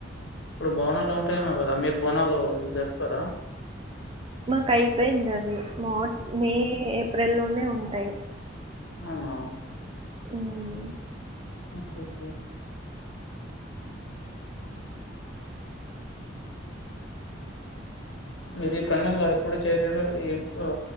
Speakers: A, on the left; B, on the right.
A: ఇప్పుడు బోనాలు ఉంటాయేమో కదా మీరు బోనాలు జరుపుకోర
B: మాకు అయిపోయింది అది మార్చ్ మే ఏప్రిల్ లోనే ఉంటాయి
A: అవున
B: మ్మ్
A: ఓకే కే <inaudible> మీరు ఈ పనుల్లో ఎప్పుడు చేరేరో ఈ ఆ